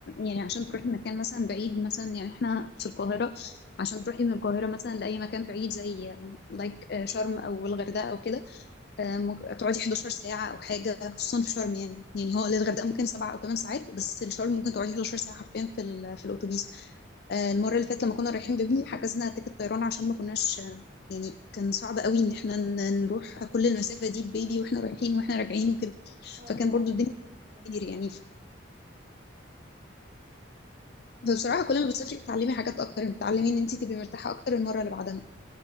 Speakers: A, on the left (about 50°); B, on the right (about 65°).
A: يعني عشان تروحي مكان مثلا بعيد مثلا يعني احنا في القاهرة عشان تروحي من القاهرة مثلا لأي مكان بعيد زي لايك شرم أو الغردقة أو كده آه، ممكن تقعدي 11 ساعة أو حاجة خصوصا في شرم يعني يعني هو للغردقة ممكن 7 أو 8 ساعات بس الشرم ممكن تقعدي 11 ساعة حرفيا في ال- في الأتوبيس آه، المرة اللي فاتت لما كنا رايحين بابني حجزنا تيكت طيران عشان ما كناش يعني كان صعب قوي ان احنا ن- نروح كل المسافة دي ببيبي واحنا رايحين واحنا راجعين وكده
B: ايوه
A: فكان
B: طبعا
A: برضو
B: صعب
A: الدنيا كتير يعني فبصراحة كل ما بتسافري بتتعلمي حاجات أكتر بتتعلمي إن أنت تبقي مرتاحة أكتر المرة اللي بعدها